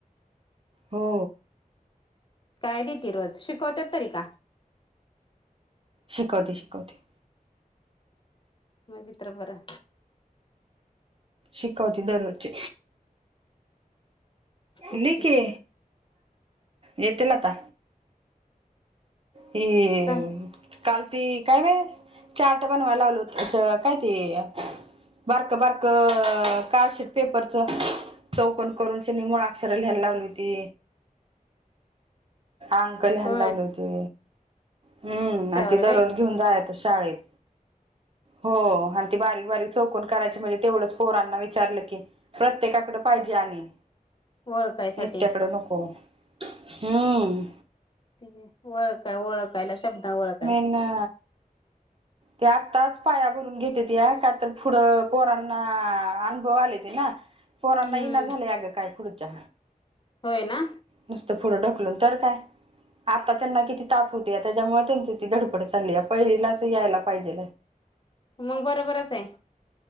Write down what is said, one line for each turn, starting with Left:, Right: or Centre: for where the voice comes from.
Right: हो
Left: काय दिती रोज शिकवतात तरी का?
Right: शिकवते शिकवते.
Left: नाहीतर बर.
Right: शिकवती दररोज.
Left: तेच
Right: लिकी
Left: की
Right: येतीलल आता. ह
Left: काय
Right: काल ती काय व चार्ट बनवायला लावलो कायती- बारक बारक कार्डशीट पेपरच चौकन करून श नि मुळा- आक्षर लियला लावली होती अंक ल्याला
Left: होय
Right: लावले होते. हम्म
Left: त्यावर
Right: आणि ती दररोज
Left: वे
Right: घेऊन जायेत शाळेत. हो आणि ती बारीक बारीक चौकून करायची म्हणजे तेवढंच पोरांना विचारलं की- प्रत्येकाकडे पाहिजे आणि-
Left: ओळखायसाठी
Right: एकट्याकडे नको हम्म.
Left: तेठी ओळखय ओळखयला शब्द ओळखय
Right: ना ते आत्ताच पाया भरून घेतेत या का तर पुढं पोरांना अनुभव आले ते ना पणा
Left: हम्म
Right: नाही ना झालं अगं काय पुढच्या
Left: होय ना.
Right: नुसतं फुढं ढकलून तर काय आता त्यांना किती ताप होते त्याच्यामुळे त्यांची ती धडपड चालली आहे पहिला असं यायला पाहिजे
Left: मग बरोबरच आहे